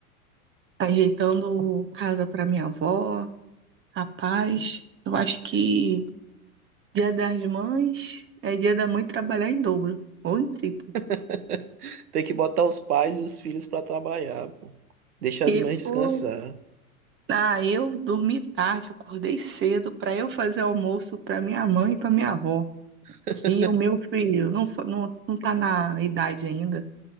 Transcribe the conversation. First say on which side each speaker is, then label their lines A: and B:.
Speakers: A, on the right; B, on the right.
A: ajeitando casa para minha avó. Rapaz, eu acho que Dia das Mães é dia da mãe trabalhar em dobro, ou em triplo.
B: <laughs> Tem que botar os pais e os filhos pra trabalhar, pô. Deixar as
A: E,
B: mães
A: pô,
B: descansar.
A: ah, eu dormi tarde, acordei cedo para eu fazer almoço para minha mãe e para minha avó.
B: <laughs>
A: E o meu filho não, fo- não, não tá na idade ainda.